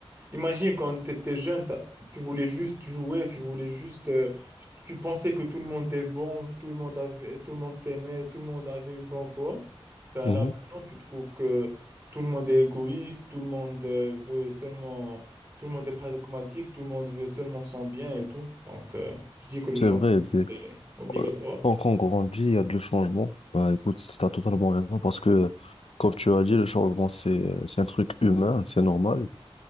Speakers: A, on the right; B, on the left.
A: Imagine quand tu étais jeune, t'as- tu voulais juste jouer, tu voulais juste, euh, tu pensais que tout le monde était bon, tout le monde avait, tout le monde t'aimait, tout le monde avait une bonne foi. Ben
B: Mhm.
A: là maintenant, tu trouves que tout le monde est égoïste, tout le monde euh, veut seulement, tout le monde est pragmatique, tout le monde veut seulement son bien et tout. Donc, euh, je dis que le
B: C'est
A: changement
B: vrai. euh,
A: est obligatoire.
B: Tant qu'on grandit, il y a de le changement. Bah, écoute, tu as totalement raison parce que, comme tu as dit, le changement, c'est, c'est un truc humain, c'est normal.